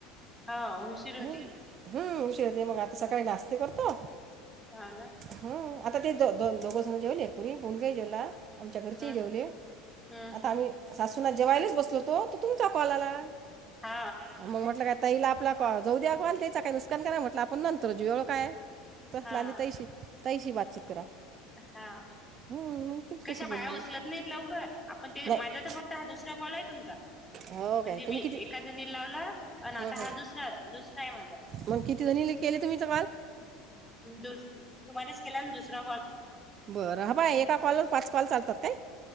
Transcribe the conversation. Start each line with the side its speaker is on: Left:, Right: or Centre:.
Centre: हो उशीर होते
Right: हम्म, हम्म उशीर होते मग आता सकाळी नाश्ते करतो.
Centre: हाव ना.
Right: हम्म आता ते द - द- दोघंजण जेवले एक पुरी मुलगा ही जेवला आमच्या घरचे
Centre: हम्म
Right: ही जेवले.
Centre: हम्म
Right: आता
Centre: हम्म
Right: आम्ही सासू सुना जेवायलाच बसलो होतो तुमचा कॉल आला,
Centre: हा
Right: मग म्हटलं का ताईला आपला कॉ जाऊ द्या कॉल त्याचा का नुकसान करा म्हटलं आपण नंतर जेऊया येवढं काय? तसला
Centre: हा
Right: आणि तैशी, तैशी बातचित करा.
Centre: हा,
Right: हं, मग तुमच्याशी
Centre: कशा
Right: बोलली
Centre: बाया उचलत नाहीत लवकर. आपण ते
Right: नाही
Centre: माझा तर फक्त हा दुसरा कॉल आहे तुमचा.
Right: हो
Centre: म्हणजे
Right: काय तुम्ही
Centre: मी
Right: किती
Centre: एका जणी लावला, अन आता
Right: हो हो
Centre: हा दुसरा दुसरा आहे माझा.
Right: मग किती जणी केले तुम्ही <unintelligible>
Centre: दुस, तुम्हालाच केलाना दुसरा कॉल.
Right: बरं हा बाय एका कॉलवर पाच कॉल चालतात काय?